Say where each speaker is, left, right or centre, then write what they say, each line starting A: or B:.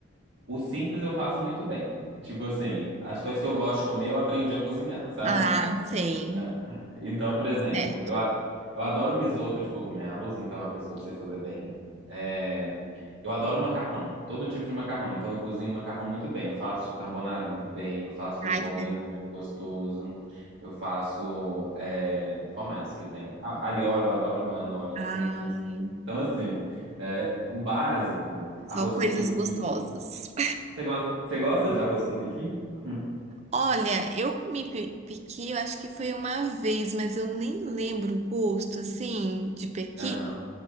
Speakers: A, on the right; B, on the right.
A: o simples eu faço muito bem. Tipo assim, as coisas que eu gosto de comer, eu aprendi a cozinhar, sabe?
B: Ah, sei.
A: É. Então, por exemplo,
B: Certo.
A: eu, a- eu adoro risoto de cogumelos, então é uma coisa que eu sei fazer bem. É, eu adoro macarrão, todo tipo de macarrão. Então eu cozinho macarrão muito bem. Eu faço carbonara muito bem, eu faço
B: Ai,
A: bolonhesa
B: que delícia.
A: muito gostoso, eu faço. é, Qual mais que tem? Ah, alho e óleo, eu adoro meu alho e óleo, que é
B: Ai,
A: simples. Então, assim, é, o básico, arroz
B: só coisas
A: com piqui.
B: gostosas.
A: Você gosta, você gosta de arroz com piqui? <laughs>
B: Olha, eu me pe- pequi, eu acho que foi uma vez, mas eu nem lembro o gosto, assim, de pequi.
A: Aham.